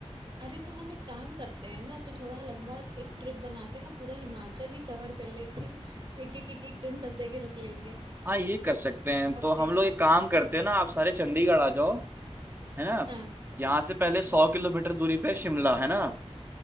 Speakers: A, on the right; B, on the right.
A: अरे तो हम एक काम करते हैं ना तो थोड़ा लंबा एक ट्रिप बनाते हैं ना पूरा हिमाचल ही कवर कर लेते हैं एक एक एक एक दिन सब जगह रुक लेंगे
B: हाँ ये कर सकते हैं तो
A: हफ्ते
B: हम लोग
A: का
B: एक काम करते हैं ना आप सारे चंडीगढ़ आ जाओ है ना
A: हाँ
B: यहाँ से पहले सौ किलोमीटर दूरी पे शिमला है ना